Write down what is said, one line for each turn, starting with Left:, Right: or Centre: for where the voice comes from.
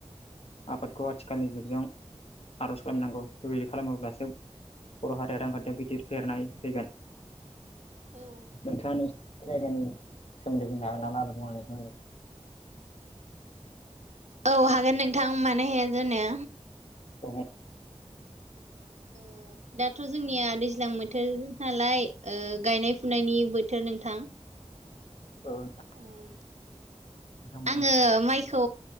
Left: आबादखौ आथिखालनि जुगजों आर'ज खालामनांगौ बेबायदि खालामोब्लासो बर' हारिया रांखान्थियाव गिदिर फेहेरनाय फैगोन
Right: औ
Left: नोंथाङा जायगानि सोमोन्दै बुंनो हागोन नामा? आबाद मावनायनि सोमोन्दै।
Right: औ हागोन नोंथां मानो हाया जानो।
Left: औ बुं
Right: ओ दाथ' जोंनिया दैज्लां बोथोर नालाय ओ गायनाय फुनायनि बोथोर नोंथां।
Left: औ नोंथां।
Right: उम
Left: बुं
Right: आङो माइखौ